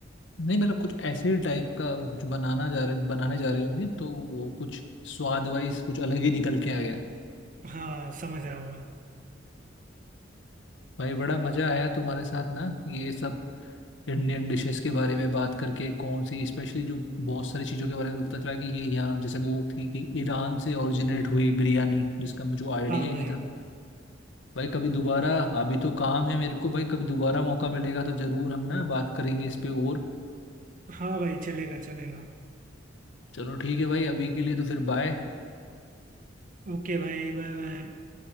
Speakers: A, on the left (about 65°); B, on the right (about 45°).
A: नहीं मतलब कुछ ऐसे टाइप का वो कुछ बनाना जा रहे बनाने जा रहे होंगे तो वो कुछ स्वाद वाइज कुछ अलग ही निकल के आ गया
B: हाँ समझ रहा हूँ मैं
A: भाई बड़ा मजा आया तुम्हारे साथ ना ये सब इंडियन डिशेस के बारे में बात करके कौन सी स्पेशली जो बहुत सारी चीज़ों के बारे में तो पता चला कि ये यहाँ जैसे वो थी कि ईरान से ओरिजिनेट हुई बिरयानी जिसका मुझे आइडिया
B: हाँ
A: ही
B: भाई
A: नहीं था भाई कभी दोबारा अभी तो काम है मेरे को भाई कभी दोबारा मौका मिलेगा तो जरूर हम ना बात करेंगे इस पे और
B: हाँ भाई चलेगा चलेगा
A: चलो ठीक है भाई अभी के लिए तो फिर बाय
B: ओके भाई बाय बाय